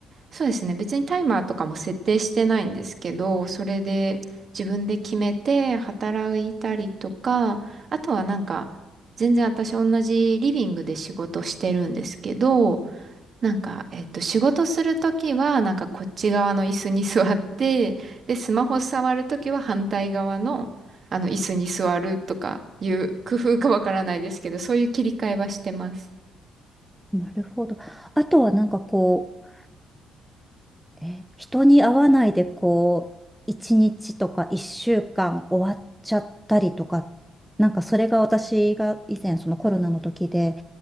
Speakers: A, on the right; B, in the centre.
A: そうですね。別にタイマーとかも設定してないんですけど、それで自分で決めて働いたりとか、あとはなんか、全然私同じリビングで仕事してるんですけど、なんか、えっと、仕事するときは、なんかこっち側の椅子に座って、で、スマホ触るときは反対側の、あの、椅子に座るとかいう工夫かわからないですけど、そういう切り替えはしてます。
B: なるほど。あとはなんかこう、え、人に会わないでこう、一日とか一週間終わっちゃったりとか、なんかそれが私が以前そのコロナの時で、